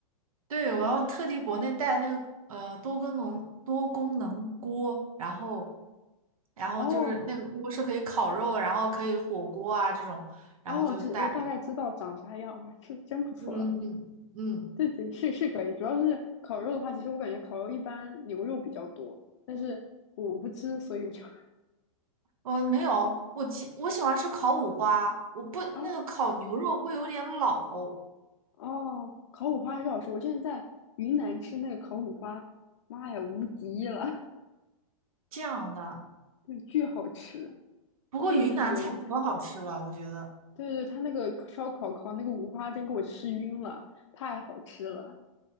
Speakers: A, on the right; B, on the left.
A: 对，我要特地国内带那个呃多功能多功能锅，然后然后就是那个锅是可以烤肉，
B: 哦，
A: 然后可以火锅啊这种，
B: 哦，
A: 然后就带来。
B: 知我大概知道长啥样，哇，这真不错。
A: 嗯嗯嗯，
B: 对对，是是可以，主要是烤肉的话，其实我感觉烤肉一般牛肉比较多，但是我不吃，所以我就
A: 我没有，我喜我喜欢吃烤五花，我不那个烤牛肉会有点老
B: <laughs> 啊哦，烤五花是好吃。我之前在云南吃那个烤五花，妈呀，无敌了，
A: 这样的。
B: <laughs> 对，巨好吃，
A: 不过云南菜可好吃了，
B: 就是很油，但是
A: 我觉得，
B: 对对，他那个烧烤烤那个五花真给我吃晕了，太好吃了。